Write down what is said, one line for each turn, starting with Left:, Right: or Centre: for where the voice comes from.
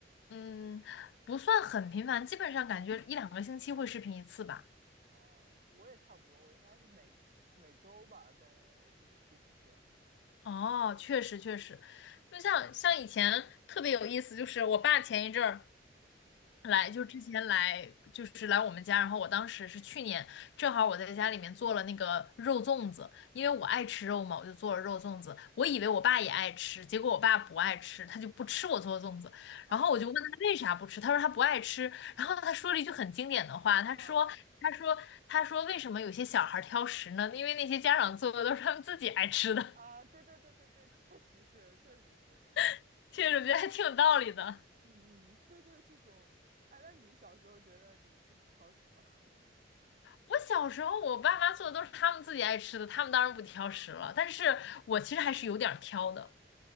Left: 嗯，不算很频繁，基本上感觉一两个星期会视频一次吧。
Right: 哦，我也差不多，我应该是每每周吧，跟我父母视频这样。
Left: 哦，确实确实，就像像以前特别有意思，就是我爸前一阵儿来，
Right: 嗯，
Left: 就之前来，就是来我们家，然后我当时是去年，正好我在家里面做了那个肉粽子，因为我爱吃肉嘛，我就做了肉粽子。我以为我爸也爱吃，结果我爸不爱吃，他就不吃我做的粽子。
Right: 好，
Left: 然后我就问他为啥不吃，他说他不爱吃。然后他说了一句很经典的话，他说，
Right: 啊啊
Left: 他说，他说为什么有些小孩挑食呢？因为那些家长做的都是他们自己爱吃的。
Right: 啊，对对对对对，确实是，确实是，
Left: <laughs> 确实我觉得还挺有道理的。
Right: 嗯嗯，对对，这种，哎，那你小时候觉得你父母挑食吗？<laughs>
Left: 我小时候，我爸妈做的都是他们自己爱吃的，他们当然不挑食了。但是我其实还是有点儿挑的。